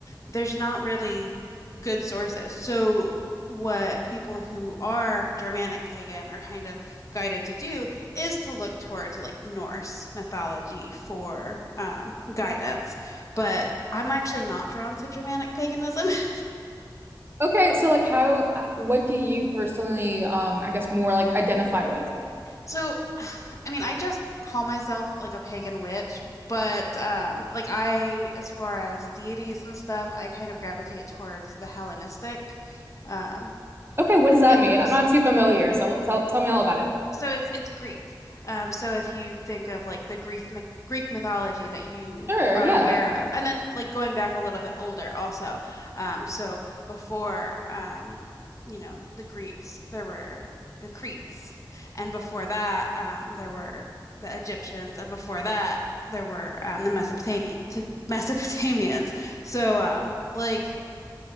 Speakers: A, on the left; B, on the right.
A: there's not really good sources. So, what people who are Germanic pagan are kind of guided to do is to look towards like Norse mythology for um, guidance. But I'm actually not drawn to Germanic paganism. <laughs>
B: Okay, so like how uh, what do you personally um I guess more like identify with?
A: So, <sighs> I mean, I just call myself like a pagan witch, but um like I as far as deities and stuff, I kind of gravitate towards the Hellenistic um
B: Okay, what does that
A: mythos
B: mean? I'm not too familiar, so tell tell me all about it.
A: so it's it's Greek. Um, so if you think of like the Greek myth Greek mythology that you
B: Sure,
A: are
B: yeah.
A: aware of, and then like going back a little bit older also. Um, so before um, you know, the Greeks, there were the Cretes, and before that, um, there were the Egyptians, and before that, there were um, the Mesopotamian <laughs> Mesopotamians. So um, like.